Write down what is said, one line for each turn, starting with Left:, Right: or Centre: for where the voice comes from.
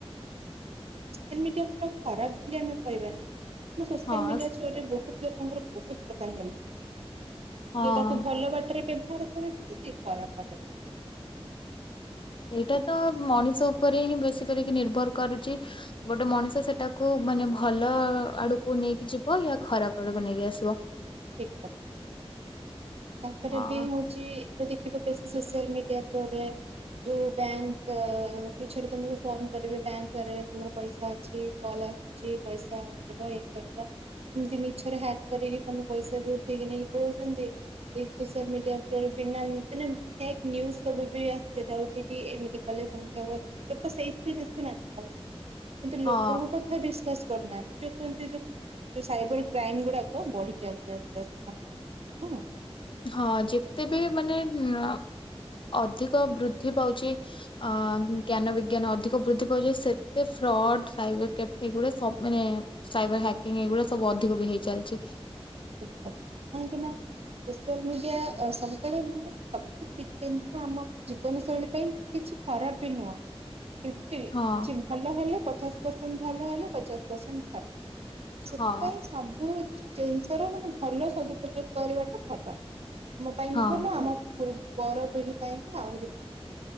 Right: ସୋସିଆଲମିଡିଆ ପୁରା ଖରାପ ବି ଆମେ କହିବା ନି। ମୁଁ ସୋସିଆଲ
Left: ହଁ
Right: ମିଡିଆରେ ଥ୍ରୋରେ ବୋହୁତ ଲୋକଙ୍କର ବୋହୁତ ପ୍ରକାର ହେଲ୍ପ ହଉଚି। କିଏ
Left: ହଁ
Right: ତାକୁ ଭଲ ବାଟେରେ ବେବହାର କରୁଛତି କିଏ ଖରାପ ବାଟେରେ ବେବହାର
Left: ଏଇଟା ତ ମଣିଷ ଉପେରେ ହିଁ ବେଶୀ କରିକି ନିର୍ଭର କରୁଛି ଗୋଟେ ମଣିଷ ସେଟାକୁ ମାନେ ଭଲ ଆଡୁକୁ ନେଇକି ଯିବ ୟା ଖରାପ ଆଡୁକୁ ନେଇକି ଆସିବ।
Right: ଠିକ୍ କଥା ତାପରେ
Left: ହଁ
Right: ବି ହଉଚି ଚି ଏବେ ଦେଖିବ ବେଶୀ ସୋସିଆଲ ମିଡିଆ ଥ୍ରୋରେ ଯୋଉ ବ୍ୟାଙ୍କ ମିଛରେ ତମୁକୁ ଫୋନ କରିବେ ବ୍ୟାଙ୍କରେ ତୁମର ପଇସା ଅଛି କଲ୍ ଆ ସୁଚି ପଇସା ଉଠେଇବ ଇଏ କରିବ ଏମତି ମିଛରେ ହ୍ୟାକ୍ କରିକି ତମ ପଇସା ବି ଉଠେଇକି ନେଇକି ପଳଉଛନ୍ତି। ଏଇ ସୋସିଆଲ ମିଡିଆ ଥ୍ରୋରେ ବିନା ଉଁ ମାନେ ଫେକ୍ ନ୍ୟୁଜ ସବୁ ବି ଆସି ତ ଯାଉଛି କି ଏମିତି କଲେ ସେମିତି ହବ ଲୋକ ସେଇଥିରେ ବେଶୀ ମାତି ଯାଉଚନ୍ତି। କିନ୍ତୁ
Left: ହଁ
Right: ଲୋକଙ୍କ କଥା ବିଶ୍ଵାସ କରୁନାହାନ୍ତି ଯୋଉ କୁହନ୍ତି ଯୋଉ ଯୋଉ ସାଇବର କ୍ରାଇମ ଗୁଡାକ ବଢି ଜଲ୍ଦି ଆସୁ ଆସୁ ସମୟ ଅନୁସାରେ ନାଁ।
Left: ହଁ ଯେତେ ବି ମାନେ ଉଁ ଅ ଅଧିକ ବୃଦ୍ଧି ପାଉଛି ଅ ଉଁ ଜ୍ଞାନ ବିଜ୍ଞାନ ଅଧିକ ବୃଦ୍ଧି ପାଉଚି ସେତେ ଫ୍ରଡ୍ ସାଇବର୍ କ୍ୟାଫେ ଗୁଡା ସବ୍ ମାନେ ସାଇବର ହ୍ୟାକିଂ ଏଇ ଗୁରା ସବୁ ଅଧିକ ବି ହେଇ ଚାଲିଛି।
Right: ଠିକ୍ କଥା କାହିଁକି ନା ସୋସିଆଲ ମିଡିଆ ଅ ସବୁବେଳେ ମାନେ ସବୁ ଟିକେ ନିଖେ ଆମ ଜୀବନଶୈଳୀ ପାଇଁ କିଛି ଖରାପ ବି ନୁହଁ। ଫିଫ୍ଟି ଉ
Left: ହଁ
Right: କିଛି ଭଲ ହେଲେ ପଚାଶ ପରସେଣ୍ଟ ଭଲ ହେ ପଚାଶ ପରସେଣ୍ଟ ଖରାପ। ସେଥିପାଇଁ
Left: ହଁ
Right: ସବୁ ଜିନିଷର ମାନେ ଭଲ ସଦୁପଯୋଗ କରିବାଟା ଭଲ। ଆମ ପାଇଁ
Left: ହଁ
Right: ବି ଭଲ ଆମ ପୂର୍ ପର ପିଢି ପାଇଁ ବି ଆହୁରି ଭଲ।